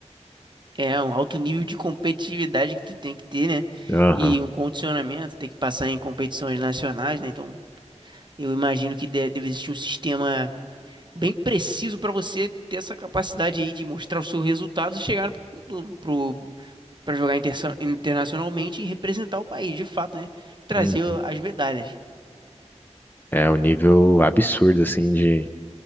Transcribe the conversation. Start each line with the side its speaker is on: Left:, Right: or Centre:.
Right: É um alto nível de competitividade que tu tem que ter, né?
Left: Aham.
Right: E um condicionamento, tem que passar em competições nacionais, né? Então, eu imagino que de- deve existir um sistema bem preciso para você ter essa capacidade aí de mostrar os seus resultados e chegar pro, pro para jogar interso- internacionalmente e representar o país, de fato, né? Trazer
Left: Uhum.
Right: as medalhas.
Left: É um nível absurdo, assim, de.